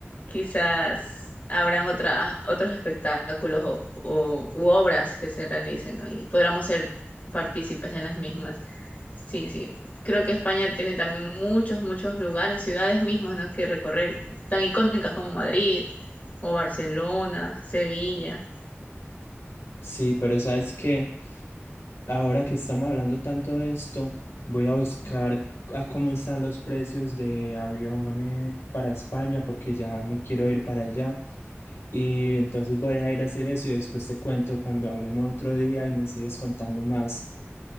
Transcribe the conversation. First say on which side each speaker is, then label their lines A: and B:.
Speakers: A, on the left; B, on the left.
A: quizás habrán otras, otros espectáculos o, o- u obras que se realicen, ¿no? Y podremos ser partícipes de las mismas. Sí, sí. Creo que España tiene también muchos, muchos lugares, ciudades mismas, ¿no? que recorrer, tan icónicas como Madrid o Barcelona, Sevilla.
B: Sí, pero sabes que ahora que estamos hablando tanto de esto, voy a buscar a cómo están los precios de aviones para España porque ya me quiero ir para allá. Y entonces voy a ir a hacer eso y después te cuento cuando hablemos otro día y me sigues contando más.